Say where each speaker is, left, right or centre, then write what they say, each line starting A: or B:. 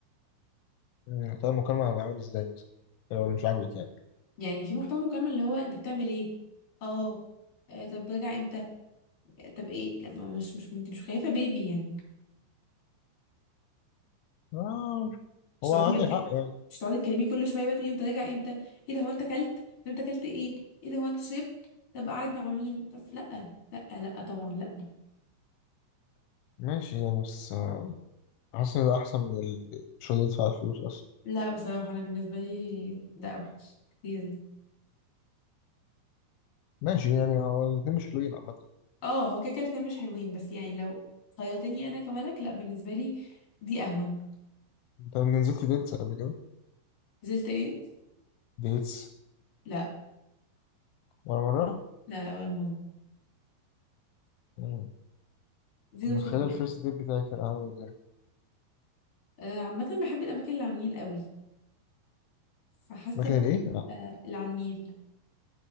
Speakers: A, on the left; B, on the left.
A: مم. طب المكالمه هيبقى عامل ازاي مثلا لو اللي مش عاجبك يعني
B: يعني في محتوى المكالمه اللي هو انت بتعمل ايه اه آه، طب راجع امتى آه، طب ايه لما مش مش انت مش خايفه بيبي يعني
A: آه.
B: مش
A: هو
B: تقعدي
A: عندي
B: بقى
A: حق يعني
B: مش تقعدي تكلميه كل شويه بقى تقولي انت راجع امتى ايه ده هو انت اكلت طب انت اكلت ايه ايه ده هو انت شربت طب قاعد مع مين طب لا لا لا طبعا لا
A: ماشي يعني بس آه، حاسس ان ده احسن من ال- مش اللي يدفع الفلوس اصلا
B: لا بصراحه انا بالنسبه لي ده اوحش كتير
A: ماشي يعني هو الاتنين مش حلوين عامة
B: اه هو كده كده الاتنين مش حلوين بس يعني لو خيرتني انا كملك لا بالنسبه لي دي اهون
A: انت نزلت ديتس قبل كده
B: نزلت ايه
A: ديتس
B: لا
A: ولا مرة؟
B: لا لا ولا مره
A: مم.
B: زيرو
A: كنت متخيل
B: خبره
A: الفيرست ديت بتاعي كان عامل ازاي
B: آه عامه بحب الاماكن اللي على النيل قوي فحاسه
A: مكان
B: ممكن
A: الايه؟ لا
B: تبقى اللي على النيل